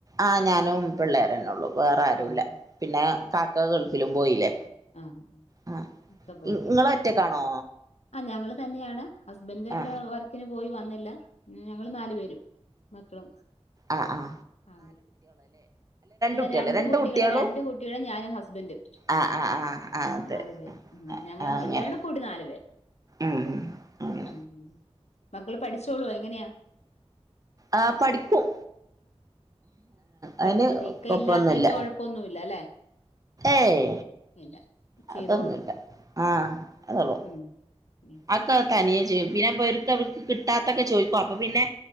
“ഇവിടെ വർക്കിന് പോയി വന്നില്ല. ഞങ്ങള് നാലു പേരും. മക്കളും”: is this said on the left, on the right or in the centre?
Left